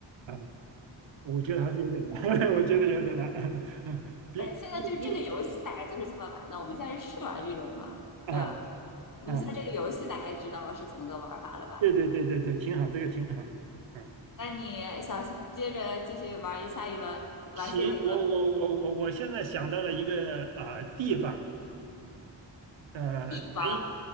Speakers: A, on the right; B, on the left.
A: 啊，我觉得还是有点难，<laughs> 我觉得有点难，<laughs> 比比比
B: 呃，现在就这个游戏大概就是这么玩的，我们现在是试玩一轮嘛，
A: 啊
B: 对吧？你现在这个游戏大概知道是怎么个玩法了吧？
A: 啊，对对对对对，挺好，这个挺好，嗯，
B: 那你想接着继续玩一下一轮，玩下一个地
A: 行，我我我我我现在想到了一个啊、地方，呃，
B: 方
A: 可以